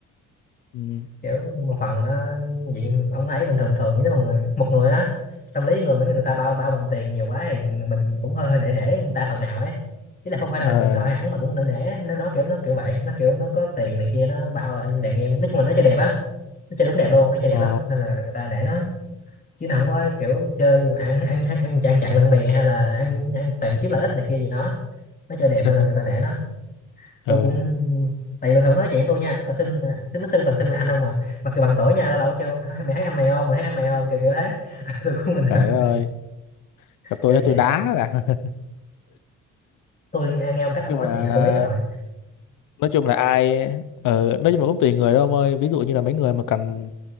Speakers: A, on the left (about 85°); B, on the left (about 30°).
A: ừ,
B: kiểu một phần là nó diện ông thấy bình thường thường như mà người một người á tâm lý người mấy người ta bao bao mình tiền nhiều quá thì mình cũng hơi hơi nể nể người ta phần nào ấy ý là không phải
A: ờ
B: là sợ hẳn mà cũng nể nể á. nó nó kiểu nó kiểu vậy nó kiểu nó có tiền này kia nó bao là anh đàn em nói chung là nó chơi đẹp á nó chơi đúng đẹp luôn nó chơi đẹp
A: ờ
B: lắm nên là người ta nể nó chứ nó không có kiểu chơi mà ăn ăn ăn ăn chặn chặn bạn bè hay là ăn ăn toàn kiếm lợi ích này kia gì đó nó chơi đẹp
A: <laughs>
B: nên là người ta để nó tôi
A: ờ
B: cũng tại bình thường nó nói chuyện với tôi nha nó toàn xưng xưng nó xưng toàn xưng là anh không mà mặc dù bằng tuổi nha lâu lâu nó kêu "À, mày thấy anh mày không mày thấy anh mày không kiểu kiểu thế <laughs> tôi cũng bình
A: trời
B: thường
A: đất ơi gặp tôi
B: kiểu vậy
A: tôi đá là <laughs> nói
B: tôi nghe nghe ông cách ông
A: chung
B: nói
A: là
B: chuyện là tôi biết rồi
A: nói chung là ai ờ, nói chung là cũng tùy người đâu ông ơi ví dụ như là mấy người mà cần